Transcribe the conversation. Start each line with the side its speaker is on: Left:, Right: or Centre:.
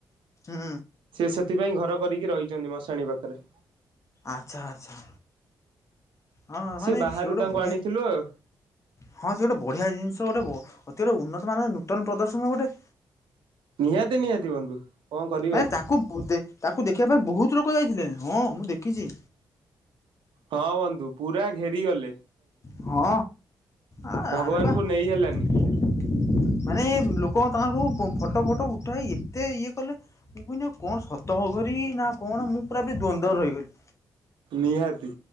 Left: ହୁଁ।
Right: ସେ ସେଥିପାଇଁ ଘର କରିକି ରହିଚନ୍ତି ମଶାଣି ପାଖରେ।
Left: ଆଚ୍ଛା ଆଚ୍ଛା। ହଁ
Right: ସିଏ
Left: ମାନେ
Right: ବାହାରୁ
Left: ସେ ଗୋଟେ
Right: ତାଙ୍କୁ
Left: ବଢିଆ
Right: ଆଣିଥିଲୁ ଆଉ
Left: ହଁ ସେ ଗୋଟେ ବଢିଆ ଜିନିଷ ଗୋଟେ ବ ଅତି ଗୋଟେ ଉନ୍ନତ ମାନ ନୂତନ ପ୍ରଦର୍ଶନ ଗୋଟେ।
Right: ନିହାତି ନିହାତି ବନ୍ଧୁ। କଣ କରିବା।
Left: ମାନେ ତାଙ୍କୁ ଦେ ତାକୁ ଦେଖିବା ପାଇଁ ବୋହୁତ ଲୋକ ଯାଇଥିଲେ ହଁ ମୁଁ ଦେଖିଚି।
Right: ହଁ ବନ୍ଧୁ ପୁରା ଘେରି ଗଲେ।
Left: ହଁ ଆ
Right: ଭଗବାନଙ୍କୁ
Left: ଆରେ ବାଃ।
Right: ନେଇ ହେଲାନି
Left: ମାନେ ଲୋକ ତାଙ୍କଠୁ ପ ଫଟ ଫଟ ଉଠେଇକି ଏତେ ଇଏ କଲେ। ମୁଁ କହନି କଣ ସତ ଅଘୋରୀ ନା କଣ ମୁଁ ପୁରା ବି ଦ୍ଵନ୍ଦ ରହିଗଲି।
Right: ନିହାତି।